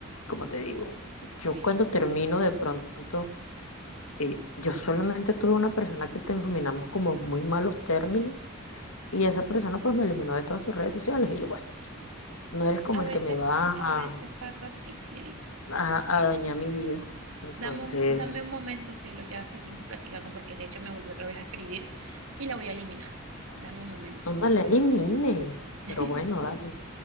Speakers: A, on the left; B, on the right.
A: como te digo,
B: Sí,
A: yo cuando termino de pronto, eh, yo solamente tuve una persona que terminamos como muy malos términos y esa persona pues me eliminó de todas sus redes sociales y yo, bueno, no eres como
B: a
A: el
B: veces,
A: que me va
B: a
A: a,
B: veces pasa así, cielito.
A: a- a dañar mi vida. Entonces,
B: Dame un, dame un momento, cielo, ya seguimos platicando porque de hecho me volvió otra vez a escribir y la voy a eliminar. Dame un momento.
A: no, no le elimines,
B: <laughs>
A: pero bueno, dale.